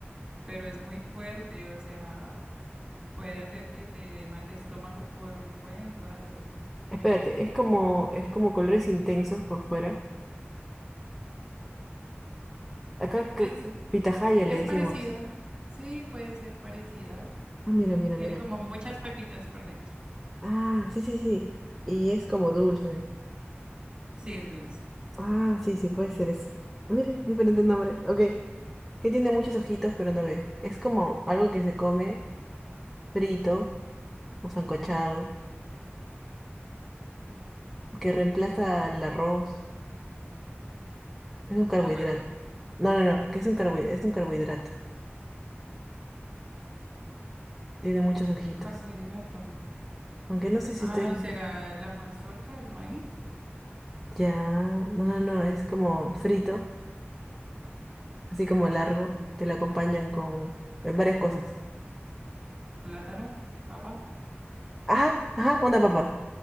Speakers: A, on the right; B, in the centre.
A: pero es muy fuerte, o sea, puede hacer que te dé mal de estómago por un buen rato.
B: Espérate, es como, es como colores intensos por fuera Acá creo
A: Es
B: que pitahaya
A: Es
B: le decimos.
A: parecida. Sí, puede ser parecida.
B: Ah, mira, mira,
A: Tiene
B: mira.
A: como muchas pepitas por dentro.
B: Ah, sí, sí, sí. Y es como dulce.
A: Sí, es dulce.
B: Ah, sí, sí, puede ser eso. Mira, diferente nombre. Ok. Que tiene muchos ojitos, pero no ve. Es como algo que se come frito o sancochado,
A: Mm,
B: que reemplaza el arroz. Es un carbohidrato.
A: El huevo.
B: No, no, no, que es un carbohidrato. Es un carbohidrato. Tiene muchos ojitos.
A: Un carbohidrato.
B: Aunque no sé si
A: Ah,
B: usted... le-
A: ¿será la mazorca, el maíz?
B: Ya, no, no, no, es como frito
A: ¿No?
B: así como largo,
A: Mm,
B: te lo acompañan con, con varias cosas.
A: plátano, papa.
B: Ajá, ajá, una papa.